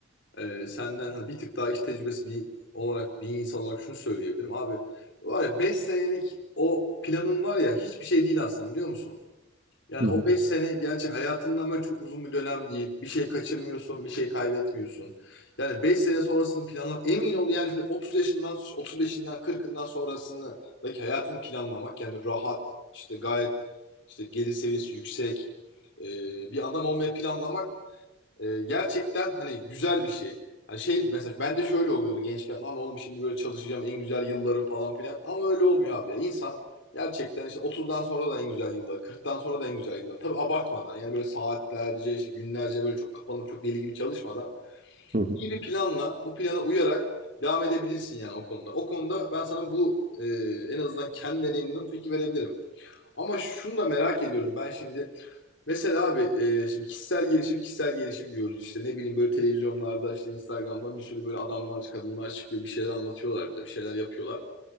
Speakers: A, on the left; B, on the right.
A: e, senden hani bir tık daha iş tecrübesi bir olarak bir insan olarak şunu söyleyebilirim. Abi var ya 5 senelik o planın var ya hiçbir şey değil aslında biliyor musun? Yani
B: Hı
A: o
B: hı,
A: 5 sene gerçi hayatından böyle çok uzun bir dönem değil. Bir şey kaçırmıyorsun, bir şey kaybetmiyorsun. Yani 5 sene sonrasını planlam emin ol yani şöyle 30 yaşından 35'inden 40'ından sonrasındaki hayatını planlamak yani rahat işte gayet işte gelir seviyesi yüksek e, bir adam olmayı planlamak e, gerçekten hani güzel bir şey. Hani şey mesela ben de şöyle oluyordu gençken. Lan oğlum şimdi böyle çalışacağım en güzel yıllarım falan filan. Ama öyle olmuyor abi ya. İnsan gerçekten işte 30'dan sonra da en güzel yılları, 40'tan sonra da en güzel yılları. Tabii abartmadan yani böyle saatlerce işte günlerce böyle çok kapanıp çok deli gibi çalışmadan
B: hı hı,
A: iyi bir planla bu plana uyarak devam edebilirsin yani o konuda. O konuda ben sana bu e, en azından kendi deneyimimden fikir verebilirim. Ama şunu da merak ediyorum ben şimdi Mesela abi e, şimdi kişisel gelişim kişisel gelişim diyoruz işte ne bileyim böyle televizyonlarda işte Instagram'da bir sürü böyle adamlar kadınlar çıkıyor bir şeyler anlatıyorlar bize bir şeyler yapıyorlar.